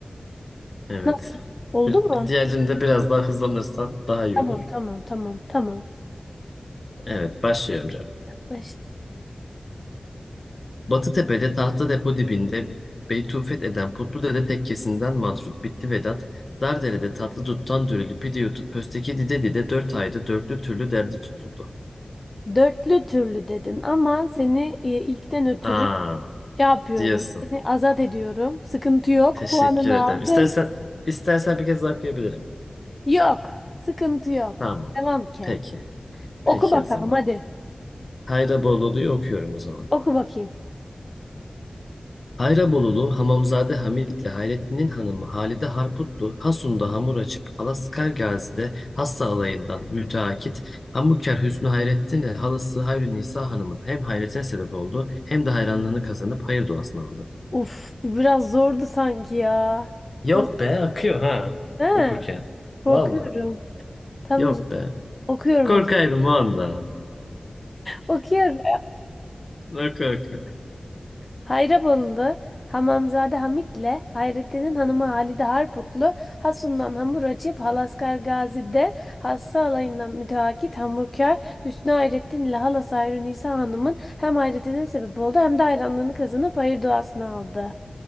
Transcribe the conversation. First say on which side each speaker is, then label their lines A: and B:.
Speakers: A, on the left; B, on the left.
A: Evet.
B: Nasıl? Oldu
A: Bir-
B: mu?
A: Diğerinde biraz daha hızlanırsan daha iyi
B: Tamam
A: olur.
B: tamam tamam tamam.
A: Evet, başlıyorum
B: Başla.
A: Batıtepe'de tahta depo dibinde Beytufet eden Putlu Dede tekkesinden matrut bitti Vedat. Dardere'de tatlı duttan dürülü pide yutup pösteki dide dide dört ayda dörtlü türlü derdi tutuldu.
B: Dörtlü türlü dedin ama seni e, ilkten ötürü
A: Aa
B: şey yapıyorum.
A: diyorsun.
B: Seni azat ediyorum. Sıkıntı yok.
A: Teşekkür
B: Puanını
A: ederim.
B: aldın.
A: İstersen istersen bir kez daha okuyabilirim.
B: Yok. Sıkıntı yok.
A: Tamam.
B: Devam ki.
A: Peki.
B: Oku
A: Peki
B: bakalım
A: o zaman.
B: hadi.
A: Hayra Bolulu'yu okuyorum o zaman.
B: Oku bakayım.
A: Hayrabolulu Hamamzade Hamit'le Hayrettin'in hanımı Halide Harputlu, Hasun'da hamur açıp Alaskar Gazi'de hassa alayından müteakit hamburkar Hüsnü Hayrettin'le halası Hayrü Nisa Hanım'ın hem hayretine sebep oldu hem de hayranlığını kazanıp hayır duasını aldı.
B: Uf bu biraz zordu sanki ya.
A: Yok
B: Nasıl?
A: be akıyor ha
B: He,
A: okurken.
B: korkuyorum.
A: Valla
B: Tamam
A: yok
B: o zaman.
A: be.
B: Okuyorum
A: Korkarım
B: o zaman.
A: ondan.
B: Okuyorum.
A: Bak bak.
B: Hayrabolulu, Hamamzade Hamit'le Hayrettin'in hanımı Halide Harputlu, Hasun'dan hamur açıp Halaskar Gazi'de hassa alayından müteakit hamurkar Hüsnü Hayrettin ile halası Hayru Nisa Hanım'ın hem hayretine sebep oldu hem de hayranlığını kazanıp hayır duasını aldı.